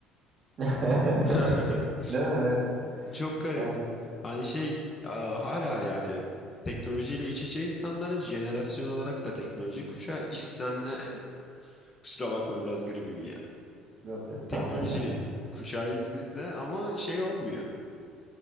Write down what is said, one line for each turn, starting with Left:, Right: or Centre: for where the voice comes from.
Right: <laughs>
Left: <laughs>
Right: Değil mi? Evet.
Left: Çok garip.
Right: Yani,
Left: Hani şey a- hala yani teknolojiyle iç içe insanlarız. Jenerasyon olarak da teknoloji kuşağı. <laughs> İş senle <clears throat> kusura bakma biraz gripim ya.
Right: yok estağfurullah.
Left: Teknoloji kuşağıyız biz de ama şey olmuyor.